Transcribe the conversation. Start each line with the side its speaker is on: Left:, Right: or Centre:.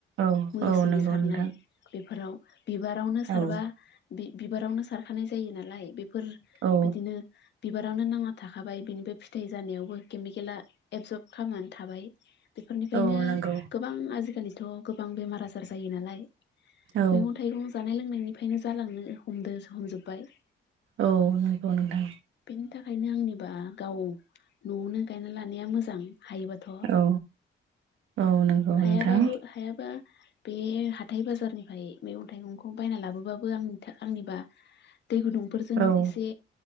Right: औ
Left: मुलि
Right: औ
Left: सुलि
Right: नंगौ
Left: सारनाय
Right: नोंथां
Left: बेफोराव बिबारावनो सारबा
Right: औ
Left: बिबारावनो सारखानाय जायो नालाय बे फोर
Right: औ
Left: बिदिनो बिबारावनो नांना थाखाबाय बिनिफ्राय फिथाइ जानायावबो केमिकेला एबजर्ब खालामनानै थाबाय बेफोरनिफ्रायनो
Right: औ नंगौ
Left: गोबां आजिखालिथ' गोबां बेमार आजार जायो नालाय
Right: औ
Left: मैगं थाइगं जानाय लोंनायनिफ्रायनो जालांनो हमदो हमजोबबाय
Right: औ नंगौ नोंथां
Left: बिनि थाखायनो आंनिबा गाव न'आवनो गायना लानाया मोजां हायोबाथ'
Right: औ औ नंगौ
Left: हायाबाबो
Right: नोंथां
Left: हायाबा बे हाथाइ बाजारनिफ्राय मैगं थाइगंखौ बायना लाबोबाबो आंनि था आंनिबा दै गुदुंफोरजों
Right: औ
Left: एसे